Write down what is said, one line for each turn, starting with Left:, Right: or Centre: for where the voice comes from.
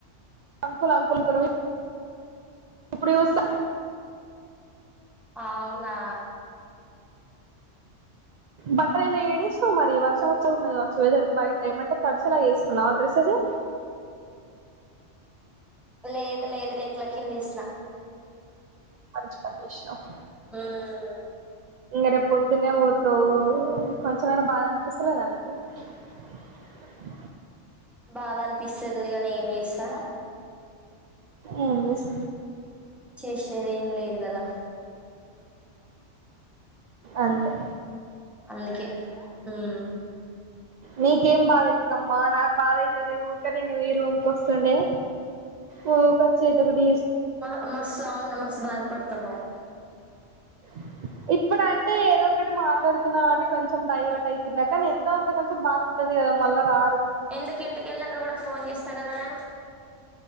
Right: అంకుల్ అంకుల్ అనుకో అప్పుడు చుస్త
Centre: అవునా
Right: బట్టలన్ని ఏడేస్నవ్ మరి వర్షం వచ్చాలాగున్న వచ్చే వెదర్ బయట ఏమంటే తడిచేలాగేసుకున్నవ డ్రెస్ సజు
Centre: లేదు లేదు రేకుల కిందేసిన
Right: మంచి పని చేసినవ్
Centre: ఉమ్
Right: ఇంగ రేప్ పొద్దున్నే పోతవ్ కొంచెమైనా బాధ అనిపిస్తలేదా నీకు బ్లాంక్
Centre: బాధనిపిస్తుంది కానీ ఏం చేస్త
Right: ఏం చేస్
Centre: చేసేది ఏం లేదు గదా
Right: అంతే
Centre: అందుకే హుమ్
Right: నీకేం బాదైతదమ్మా నాకు బాదైతది ఊకనేను ఈ రూమ్కోస్తుండే ఓ చేతబడి
Centre: మ మస్తు అవును మస్తు బాధపడుతున్నవ్
Right: బ్లాంక్ ఇప్పుడంటే ఏదో ఒకటి మాట్లాడుతున్న కాబట్టి కొంచెం డైవర్ట్ అవుతున్న కానీ ఎంతో అంత కొంచెం బాదుంటద్ గదా మళ్ల రా
Centre: ఎందుకు ఇంటికెళ్ళినంక కూడా ఫోన్ చేస్తా కదా నేను